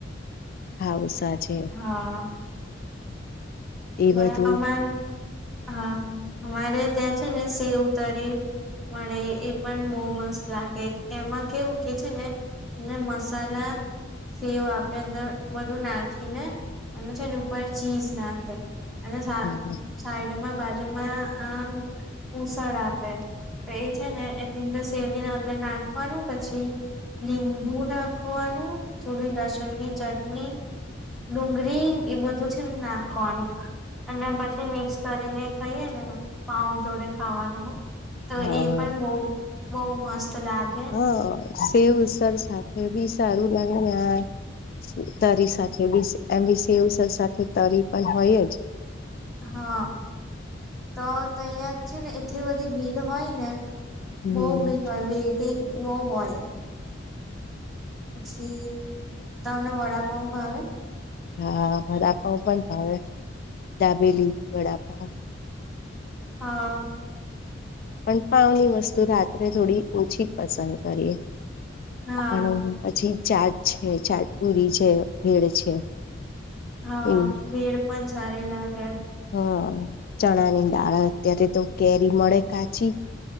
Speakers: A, on the left; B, in the centre.
A: ખઉસા છે.
B: હા.
A: એ
B: બ
A: બધું
B: અમારે હા અમારે ત્યાં છે ને સેવ તરીફ મળે એ પણ બહુ મસ્ત લાગે એમાં કેવું કે છે ને અને મસાલા સેવ આપે અંદર બધું નાખીને અને છે એની ઉપર ચીઝ નાખે અને
A: હા
B: સાઈડમાં બાજુમાં આમ ઉસળ આપે તો એ છે ને એની અંદર શેરણીને અંદર નાખવાનું પછી લીંબુ નાખવાનું થોડું લસણની ચટણી ડુંગળી એ બધું છે ને નાખવાનું અને પછી મિક્સ કરીને થઈએ ને પાઉ જોડે ખાવાનું તો
A: હા
B: એ પણ બહ બહુ મસ્ત લાગે
A: હા સેવ સર સાથે બી સારું લાગે ને હા તરી સાથે એમ બ સેવસર સાથે તરી પણ હોય જ
B: હા તો અહં છે ને એટલી બધી ભીડ હોય ને
A: હમ
B: બહુ બી હોય વેઇટિંગ બહુ હોય પછી તમને વડાપાઉ ભાવે
A: હા વડાપાઉ પણ ભાવે ડાબેલી વડાપા
B: હા
A: પણ પાવની વસ્તુ રાત્રે થોડી ઓછી પસંદ કરીએ
B: હા
A: પણ હ પછી ચાટ છે ચાટ પુરી છે ભેડ છે
B: હા
A: એવું
B: ભેડ પણ સારી લાગે
A: હમ ચણા ની દાળ અત્યારે તો કેરી મળે કાચી